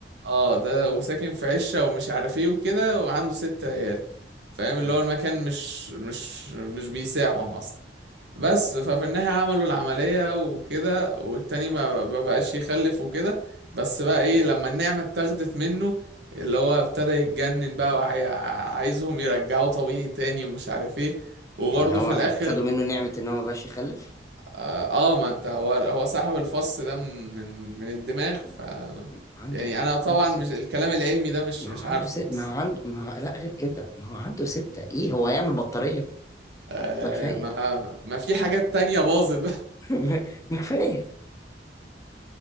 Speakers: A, on the right; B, on the left.
A: اه ده وساكن في عشة ومش عارف ايه وكده وعنده ست عيال فاهم اللي
B: مم.
A: هو المكان مش مش مش بيساعهم اصلا بس
B: مم.
A: ففي النهاية عملوا العملية وكده والتاني ما ما بقاش يخلف وكده بس بقى ايه
B: مم.
A: لما النعمة اتاخدت منه اللي هو ابتدى يتجنن بقى وعايزهم يرجعوا طبيعي تاني ومش عارف ايه وبرضه
B: ان هو
A: في
B: آه،
A: الاخر
B: خدوا منه نعمة ان هو ما بقاش يخلف
A: اه آه، ما انت هو هو سحب الفص ده من من من الدماغ
B: ما هو
A: ف
B: ما هو عنده
A: يعني
B: ما
A: انا
B: هو
A: طبعا
B: عنده ست
A: مش الكلام العلمي ده مش
B: ما
A: مش
B: هو عنده
A: عارفه
B: ست
A: بس
B: ما هو عنده ما هو لا غير كده ما هو عنده ستة ايه هو يعمل بطارية
A: آه
B: ما كفاية
A: ما ما في حاجات تانية باظت بقى.
B: <laughs> ما كفاية